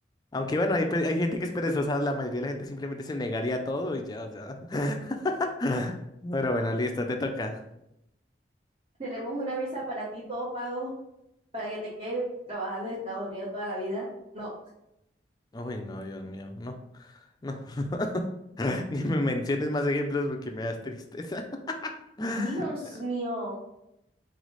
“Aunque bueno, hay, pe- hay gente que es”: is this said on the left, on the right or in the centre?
Left